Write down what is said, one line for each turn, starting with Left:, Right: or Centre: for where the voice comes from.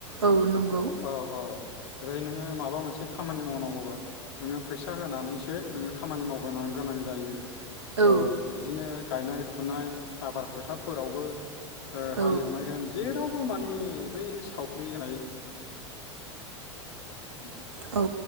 Right: औ नंगौ
Left: औ औ ओेरै नोङो माबा मोनसे खामानि मावनांगौबा नोङो फैसा होनानैसो नोङो खामानि मावगोन गोनां जायो
Right: औ
Left: ओ बिदिनो गायनाय नाय आबाद फोथारफोर फोरावबो ओ
Right: औ
Left: हालेवनाय होन जेराव बो मानि बै सावरि होनाय <unintelligible>
Right: औ